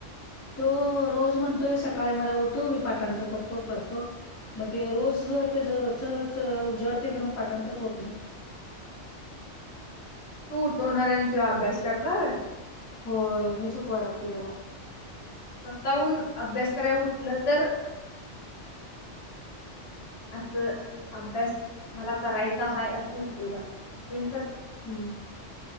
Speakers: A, on the left; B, on the left.
A: तो रोज म्हणतोय सकाळी मला उठो मी पाठांतर करतो करतो मग ते रोज त्या रोज रज उजाडते खर पाठांतरच होत नाही
B: तू उठवणार आहे त्यो अभ्यास करणार
A: होय मीच ऊठवाय लागते तेला
B: स्वतःहून अभ्यास कराय उठलं तर अस अभ्यास मला करायचा हाय असं होतय बाळ
A: हम्म